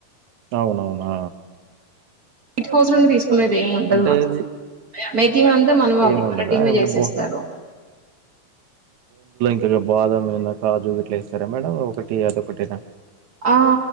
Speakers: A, on the right; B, on the right.
A: అవునవునా
B: ఎయిట్ హౌజం ఉ తీ మీద ఏమి ఉండదు
A: అంటే
B: మన
A: ఇది
B: మేకింగ్ అంతా మన వాళ్ళి
A: ఏమి ఉండదా
B: మన టీమే
A: ఏమన్నా
B: చేసేస్తారు
A: బో ఇట్గా బాదం ఏనా కాజు ఇట్లా ఏస్తరా మేడం ఒకటి అదొకటినా
B: ఆ